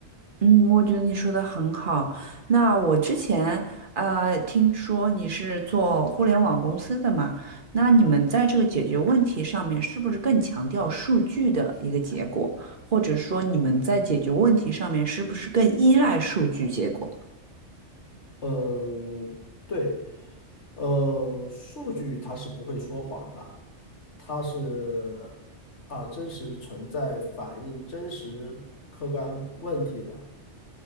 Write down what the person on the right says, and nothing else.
嗯，我觉得你说的很好。那我之前呃听说你是做互联网公司的嘛，那你们在这个解决问题上面是不是更强调数据的一个结果，或者说你们在解决问题上面是不是更依赖数据结果？